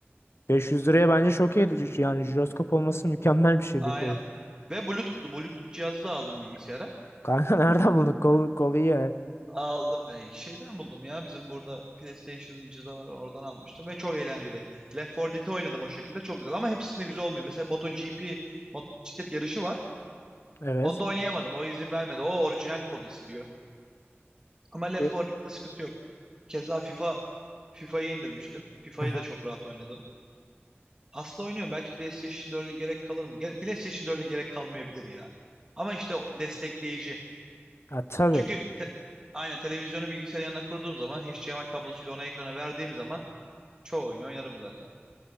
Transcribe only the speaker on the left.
500 liraya bence çok iyi. Yani jiroskop olması mükemmel bir şey
bir kolu.
Kanka <laughs> nereden buldun? Kol, kolu iyi ya.
Evet.
E,
hı
Ha, tabii.